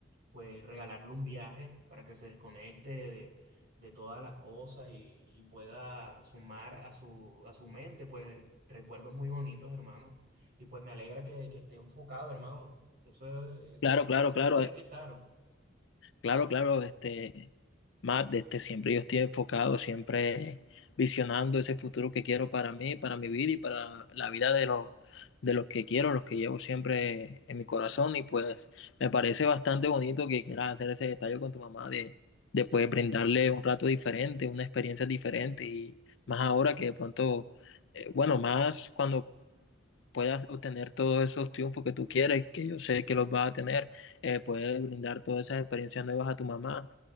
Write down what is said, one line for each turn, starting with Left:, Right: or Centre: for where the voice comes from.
Right: pues regalarle un viaje para que se desconecte de, de todas las cosas y, y pueda sumar a su, a su mente, pues recuerdos muy bonitos, hermano. Y pues me alegra que, que esté enfocado, hermano. Eso es, eso
Left: Claro,
Right: es lo
Left: claro,
Right: que siempre
Left: claro.
Right: hay que estar.
Left: Claro, claro, este, Matt, este, siempre yo estoy enfocado, siempre visionando ese futuro que quiero para mí, para mi vida y para la vida de los, de los que quiero, los que llevo siempre en mi corazón. Y pues me parece bastante bonito que quieras hacer ese detalle con tu mamá de, de pues, brindarle un rato diferente, una experiencia diferente. Y más ahora que de pronto, eh, bueno, más cuando puedas obtener todos esos triunfos que tú quieres, que yo sé que los vas a tener, eh, poder brindar todas esas experiencias nuevas a tu mamá,